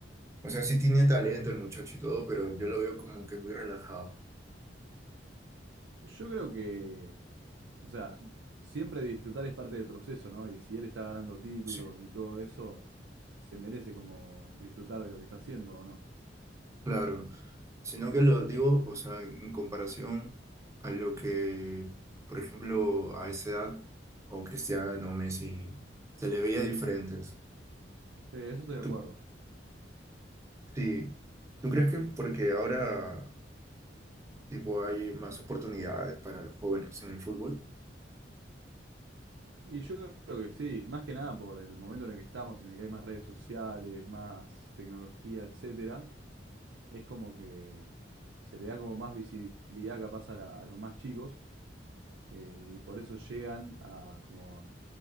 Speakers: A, on the right (about 15°); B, on the right (about 85°).
A: O sea, sí tiene talento el muchacho y todo, pero yo lo veo como que muy relajado.
B: Yo creo que, o sea, siempre disfrutar es parte del proceso, ¿no? Y si él está ganando títulos
A: Sí,
B: y todo eso, se merece como disfrutar de lo que está haciendo, ¿o no?
A: claro. Sino que lo digo, o sea, en comparación a lo que, por ejemplo, a esa edad, o Cristiano, Messi, se le veía diferentes.
B: Sí, eso estoy de
A: tú
B: acuerdo.
A: Sí, ¿tú crees que porque ahora tipo hay más oportunidades para los jóvenes en el fútbol?
B: Y yo creo que sí, más que nada por el momento en el que estamos, en el que hay más redes sociales, más tecnología, etcétera, es como que se le da como más visibilidad capaz a, la- a los más chicos eh, y por eso llegan a, como